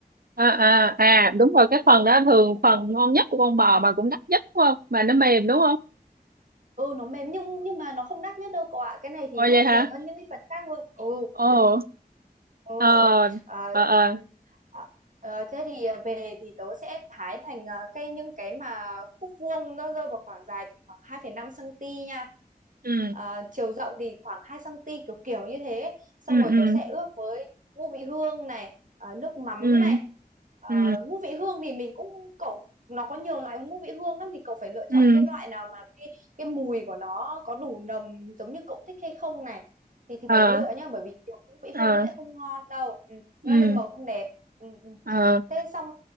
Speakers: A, on the right; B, on the right.
A: à, à, à đúng rồi cái phần đó thường phần ngon nhất của con bò mà cũng đắt nhất đúng không? Mà nó mềm đúng không?
B: Ừ, nó mềm nhưng nhưng mà nó không đắt nhất đâu cậu ạ. Cái này thì
A: Ôi
B: nó
A: vậy
B: lại
A: hả?
B: rẻ hơn những cái phần khác luôn. Ừ.
A: Ồ.
B: Ồ,
A: ờ
B: ồ. À,
A: ờ ờ
B: ừ. à, ờ, thế thì à, về thì tớ sẽ thái thành à, cây những cái mà khúc vuông nó rơi vào khoảng dài thì khoảng 2,5 cm nha.
A: ừ
B: À, chiều rộng thì khoảng 2 cm kiểu kiểu như thế. Xong
A: ừ
B: rồi
A: ừ
B: tớ sẽ ướp với ngũ vị hương này, à, nước mắm
A: ừ
B: này. À,
A: ừ
B: ngũ vị hương thì mình cũng cậu nó có nhiều loại ngũ vị hương lắm thì cậu phải lựa
A: ừ
B: chọn cái loại nào mà cái cái mùi của nó có đủ nồng giống như cậu thích hay không này thì thì
A: ờ
B: phải lựa nhá bởi vì kiểu ngũ vị
A: ờ
B: hương nó sẽ không ngon đâu ừ,
A: ừ
B: nó lên màu không đẹp ừ, ừ.
A: ờ
B: thế xong